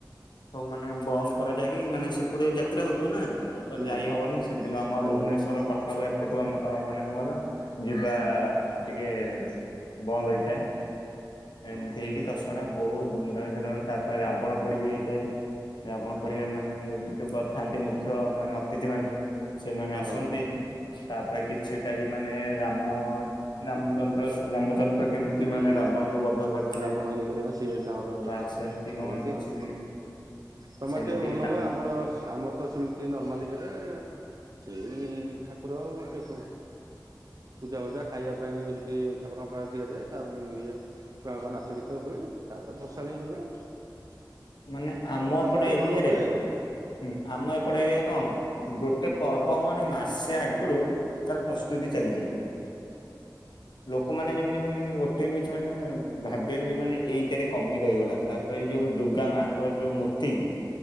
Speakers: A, on the left (about 80°); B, on the right (about 55°).
A: ହଉ ମାନେ ବନ୍ଦ କରାଯ ଯାଏକ ମାନେ ସେପଟେ ଯାତ୍ରା ହଉଥିବ ନା? ଆଉ ତ
B: ହୁଁ
A: ଯାଇ ହବନି ସେଦିନ ଆମ
B: ଯାଇହବନି
A: ଭୁବନେଶ୍ୱର କଟକ ଏପଟୁ ଆମର ତ ମାନେ କଣ କଲ ଯିବା ଟିକେ ବନ୍ଦ ହେଇଥାଏ।
B: ହଁ
A: ଏମିତି ହେଇକି ଦଶ ବହୁତ ଦୁମଧାମ ସେ ତାପରେ ରାବଣ ପୋଡି ବି ହେଇଥାଏ ରାବଣ ପୋଡିଆ ମାନେ ଯୋଉ ଥାନ୍ତି ମୁଖ୍ୟ ମାନେ ଅତିଥି ମାନେ ସେମାନେ
B: ହଁ
A: ଆସନ୍ତି ତାପରେ କିଛିଟା ବି ମାନେ ରାମ ରାମଚନ୍ଦ୍ର ରାମଚନ୍ଦ୍ର କେମିତି
B: ହୁଁ
A: ମାନେ ରାବଣଙ୍କୁ ବଧ କରିଥିଲେ
B: ରାବଣ ଇଏ କରିବା ସିଏ ତାଙ୍କର
A: ବା ସେମିତି କଣ
B: କୁହନ୍ତି
A: କିଛି
B: ଆଉ
A: ବି
B: ତମର
A: ସେମିତି
B: ଟିକେ ଭଲ
A: ବି ତାଙ୍କ
B: ହୁଏ ଆମର ଆମର ତ ସେମିତି ନର୍ମାଲିରେ ସେଇ ଠାକୁର ପପ ପୂଜା ହୂଜା ଖାଇବା ପାଇଁ ସେଠି ଠାକୁରଙ୍କ ପାଖ ଦିଆଯାଏ। ତା ଇଏ ଛୁଆଙ୍କ ନାଚ ଗୀତ ହୁଏ ତାପରେ ଭସାଣି ହୁଏ।
A: ମାନେ ଆମ
B: ଆଉ ତମର
A: ଏପଟେ
B: ଟିକେ
A: ଏରିଆରେ
B: ଭଲ ହୁଏ ଆଉ
A: ହୁଁ ଆମ ଏପଟେ ଏରିଆ କଣ ଗୋଟେ ପର୍ବ ହ ମାନେ ମାସେ ଆଗରୁ ତାର ପ୍ରସ୍ତୁତି ଚାଲିଯାଏ। ଲୋକମାନୋନେ ଯେମିତି ମାନେ ଗୋଟେ ବି କିଛି ମାନେ ଭାବିବେନି ଯେ ମାନେ ଏଇଥିଆରେ କମି ରହିଗଲା ତାପରେ ଏଇ ଯୋଉ ଦୁର୍ଗା ମାଙ୍କର ଯୋଉ ମୂର୍ତ୍ତି